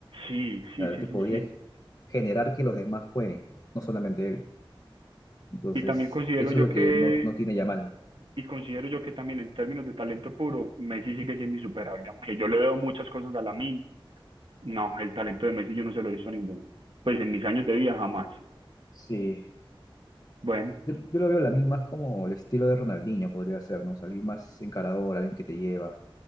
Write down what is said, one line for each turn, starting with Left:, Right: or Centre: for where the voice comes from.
Right: Sí, sí,
Left: O sea, él
Right: sí,
Left: te
Right: sí,
Left: podía
Right: sí.
Left: generar que los demás jueguen, no solamente él. Entonces,
Right: Y también considero
Left: eso
Right: yo
Left: es lo
Right: que,
Left: que no, no tiene Yamal.
Right: y considero yo que también en términos de talento puro, Messi sigue siendo insuperable. Aunque yo le veo muchas cosas a Lamine, no, el talento de Messi yo no se lo he visto a ninguno. Pues en mis años de vida jamás.
Left: Sí.
Right: Bueno,
Left: Yo, yo lo veo la misma más como el estilo de Ronaldinho podría ser, ¿no? O sea, alguien más encarador, alguien que te lleva,